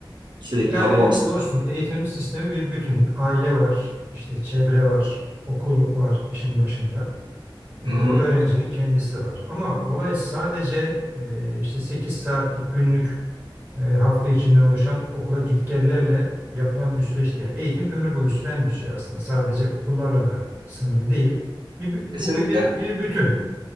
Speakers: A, on the right; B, on the right.
A: sürekli
B: Yani
A: hababam.
B: dostum eğitim sistemi bir bütün. Aile var, işte çevre var, okul var işin başında. Ee,
A: Hı
B: öğrencinin
A: hı.
B: kendisi var. Ama olay sadece e, işte 8 saatlik günlük e, hafta içinden oluşan okula gitgellerle yapılan bir süreç değil. Yani Eğitim ömür boyu süren bir şey aslında. Sadece okullarla da sınırlı değil. Bir, bir-
A: Kesinlikle.
B: bu bir, bir, bir bütün.